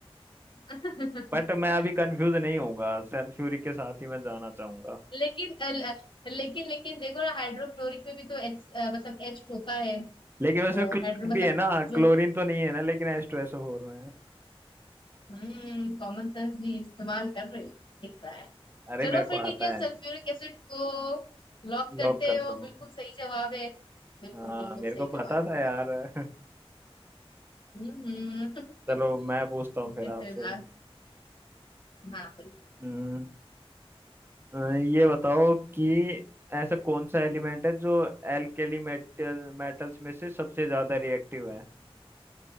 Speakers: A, on the left; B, on the right.
A: <laughs>
B: बट मैं अभी कंफ्यूज नहीं होऊंगा सल्फ्यूरिक के साथ ही मैं जाना चाहूंगा
A: लेकिन अल- लेकिन लेकिन देखो ना हाइड्रोक्लोरिक में भी तो एच मतलब एच होता है
B: लेकिन उसमें
A: वो
B: क्लोरीन
A: हाइड्रो
B: भी
A: मतलब
B: है ना
A: जो
B: क्लोरीन तो नहीं है ना लेकिन एच टू एस फोर में है।
A: हम्म कॉमन सेंस भी इस्तेमाल कर रहे हो, दिख रहा है
B: अरे
A: चलो
B: मेरे
A: फिर
B: को आता
A: ठीक है
B: है
A: सल्फ्यूरिक एसिड को लॉक करते
B: लॉक करता
A: हो
B: हूँ
A: बिल्कुल सही जवाब है बिल्कुल
B: हाँ
A: बिल्कुल
B: मेरे
A: सही
B: को
A: जवाब
B: पता था
A: है
B: यार <laughs>
A: हम्म हम्म। <laughs>
B: चलो मैं पूछता हूँ
A: ठीक
B: फिर
A: है
B: आपसे
A: फिर आज हाँ बिल्कुल
B: हम्म अ, ये बताओ कि ऐसा कौन सा एलिमेंट है जो एल्केली मेटल मेटल्स में से सबसे ज्यादा रिएक्टिव है